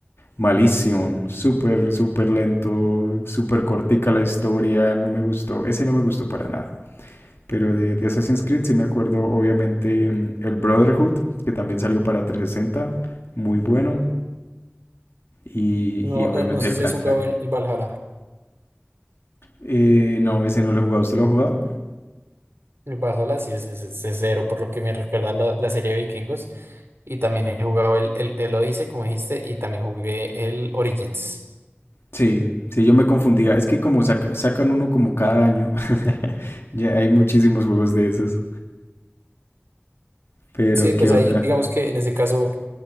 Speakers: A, on the left (about 80°); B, on the right (about 80°).
A: Malísimo, súper, súper lento, súper cortica la historia, no me gustó, ese no me gustó para nada. Pero de, de, Assassin's Creed sí me acuerdo, obviamente, mm, el Brotherhood, que también salió para 360, muy bueno, y,
B: No,
A: y obviamente
B: no, no sé
A: el Black
B: si has jugado
A: Flag.
B: el, el Valhalla.
A: Eh, no, ese no lo he jugado, ¿usted lo ha jugado?
B: El Valhalla sí es, es, es- es cero, por lo que me recuerda la, la serie de Vikingos. Y también he jugado el, el, el Odyssey, como dijiste, y también jugué el Origins.
A: Sí, sí, yo me confundía, es que como saca, sacan uno como cada año, <laughs> ya hay muchísimos juegos de esos, pero
B: Sí, pues
A: ¿qué otra?
B: ahí, digamos que en ese caso,